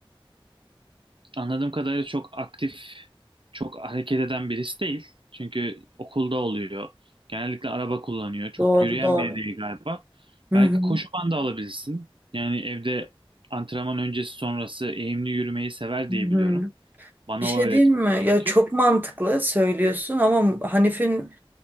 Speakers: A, on the right; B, on the right.
A: Anladığım kadarıyla çok aktif, çok hareket eden birisi değil. Çünkü okulda oluyor. Genellikle araba kullanıyor. Çok
B: Doğru
A: yürüyen
B: doğru.
A: biri değil galiba.
B: Hı
A: Belki
B: hı.
A: koşu bandı alabilirsin. Yani evde antrenman öncesi sonrası eğimli yürümeyi sever
B: Hı
A: diye biliyorum.
B: hı.
A: Bana
B: Bir şey
A: o öğretmiş
B: diyeyim mi? Ya
A: çünkü.
B: çok mantıklı söylüyorsun ama Hanif'in